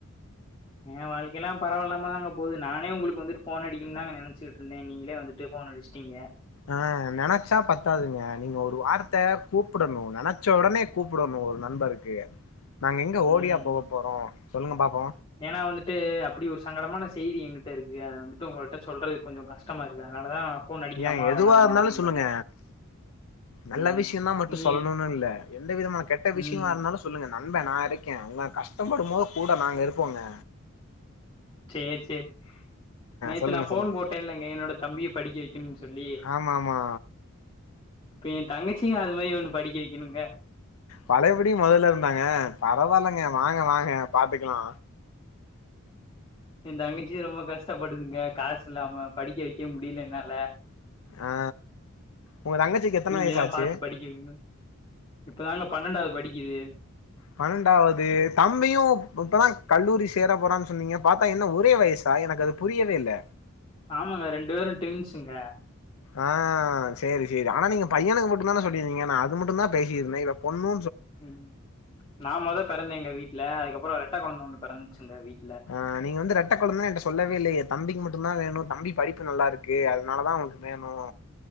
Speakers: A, on the left; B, on the left.
A: ஏ வாழ்க்கையல்லா பரவாலமா அங்க போகுது நானே உங்களுக்கு வந்துட்டு போன் அடிகனுனா நனச்சிட்டு இருந்தே நீங்களே வந்துட்டு போன் அடிச்சுட்டிங்க
B: ஆ நெனச்சா பத்தாதுங்க நீங்க ஒரு வார்த்த கூப்டணு நனச்ச உடனே கூப்டணு ஒரு நண்பா இருக்கு நாங்க எங்க
A: ம்
B: ஓடியா போக போறோ சொல்லுங்க பாப்போ
A: ஏனா வந்துட்டு அப்டி ஒரு சங்கடமான செய்தி எங்கிட்ட இருக்கு அத வந்துட்டு உங்கள்ட்ட சொல்றது கொஞ்சோ கஷ்டமா இருக்கு அதனாலதா ஃபோன் அடிக்கலாமா
B: ஏன் எதுவா
A: வேணாமா
B: இருந்தாலு
A: அப்டின்
B: சொல்லுங்க
A: பாத்தே
B: நல்ல
A: ம்
B: விஷயம்தா மட்டும்
A: நீங்க
B: சொல்லணும்னு இல்ல எந்த விதமான கெட்ட விஷயமா
A: ம்
B: இருந்தாலு சொல்லுங்க நண்ப நா இருக்கே உங்க கஷ்டோ ப்படும்போது கூட நாங்க இரு போங்க
A: செரி செரி நேத்து
B: சொல்லுங்க
A: நா போன்
B: சொல்லுங்க
A: போட்டேன்லைங்க என்னோட தம்பிய படிக்க வைக்கணும்னு சொல்லி
B: ஆமா ஆமா
A: இப்ப என் தங்கச்சிங்க அது மாரி ஒண்ணு படிக்க வைக்கணுங்க
B: பழையபடியு முதல்ல இருந்தாங்க பரவாயில்லங்க வாங்க வாங்க பாத்துக்கலா
A: என் தங்கச்சி ரொம்ப கஷ்டப்படுதுங்க காசு இல்லாம படிக்க வைக்க முடியல என்னால
B: ஆ உங்க தங்கச்சிக்கு எத்தன
A: நீங்க
B: வயசாச்சி
A: தா பாத்து படிக்க வைக்கணு இப்பதாங்க பன்னெண்டாவது படிக்கிது
B: பன்னெண்டாவது தம்பியு இப்பதா கல்லூரி சேர போறான்னு சொன்னீங்க பார்த்தா என்ன ஒரே வயசா எனக்கு அது புரியவே இல்ல
A: ஆமாங்க ரெண்டு பேரும் டிவின்ஸ்சுங்க
B: ஆ செரி செரி ஆனா நீங்க பையனுக்கு மட்டு தானே சொல்லியிருந்தீங்க நா அது மட்டு தா பேசியிருந்தே இப்ப பொண்ணு
A: உம் நா மொத பெறந்தே எங்க வீட்டுல அதுக்கப் அப்றோ ரெட்ட கொழந்த ஒன்னு பெறந்திச்சிங்க வீட்
B: ஆ நீங்க வந்து ரெட்ட கொழந்தேனு ஏன்ட சொல்லவே இல்லயே தம்பிக்கு மட் டுதா வேணு தம்பி படிப்பு நல்லா இருக்கு அதனால தா அவனுக் வேணு